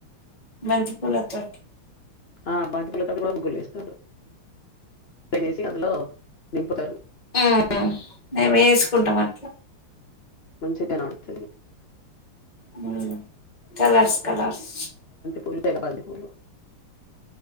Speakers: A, on the left (about 20°); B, on the left (about 80°).
A: బంతి పూలుతో
B: ఆ బంతిపూలు కూడా గుళ్ళో ఇస్తారు తేనేసి అందులో నింపుతారు
A: హ్మ్ మేము ఎస్కుంటాం అట్లా
B: మంచిగ్ గనవడతది
A: హ్మ్ కలర్స్ కలర్స్
B: వొళ్ళి పోయిన బంతిపూలు